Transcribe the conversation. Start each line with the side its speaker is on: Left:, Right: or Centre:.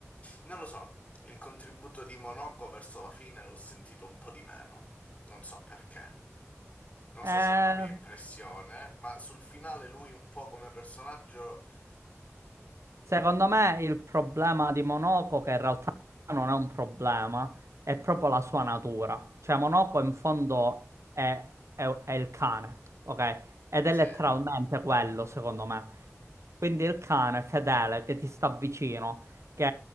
Left: Non lo so, il contributo di Monaco verso la fine l'ho sentito un po' di meno. Non so perché. Non
Right: Eh,
Left: so se è una mia impressione, ma sul finale lui un po' come personaggio...
Right: Secondo me il problema di Monoco, che in realtà non è un problema, è proprio la sua natura. Cioè Monoco in fondo è, è- è il cane, ok? Ed è
Left: Sì,
Right: letteralmente quello, secondo me. Quindi il cane fedele che ti sta vicino, che